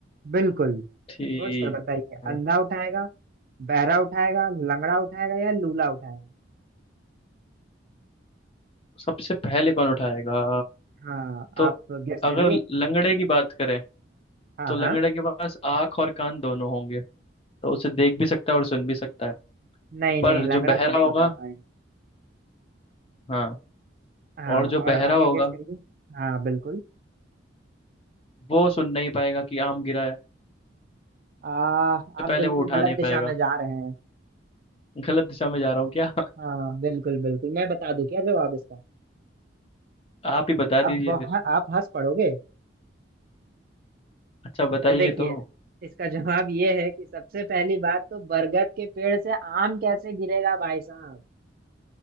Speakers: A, on the right (about 50°); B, on the left (about 30°).
A: बिल्कुल
B: ठीक
A: सोच कर बताइए
B: है
A: अंधा उठाएगा बहरा उठाएगा लंगड़ा उठाएगा या लूला उठाएगा
B: सबसे पहले कौन उठाएगा
A: हाँ
B: तो
A: आप गेस
B: अगर
A: करिए
B: लंगड़े की बात करें
A: हाँ
B: तो लंगड़े
A: हाँ
B: के पास आंख और कान दोनों होंगे तो उसे देख भी सकता है और सुन भी सकता है
A: नहीं
B: पर
A: नहीं
B: जो
A: लंगड़ा
B: बहरा
A: तो नहीं
B: होगा
A: उठा पाएगा
B: हाँ
A: हाँ
B: और जो बहरा
A: और आगे
B: होगा
A: गेस करिए हाँ बिल्कुल
B: वो सुन नहीं पाएगा कि आम गिरा है
A: आ, आप
B: तो पहले
A: बिल्कुल
B: वो उठा
A: गलत
B: नहीं
A: दिशा
B: पाएगा
A: में जा रहे हैं
B: गलत दिशा में जा रहा हूँ क्या
A: हाँ बिल्कुल बिल्कुल मैं बता दूं क्या जवाब इसका
B: <laughs> आप ही बता
A: आप
B: दीजिए
A: बह-
B: फिर
A: आप हंस पड़ोगे
B: अच्छा बताइए
A: तो देखिए
B: तो
A: इसका जवाब ये है कि सबसे पहली बात तो बरगद के पेड़ से आम कैसे गिरेगा भाई साहब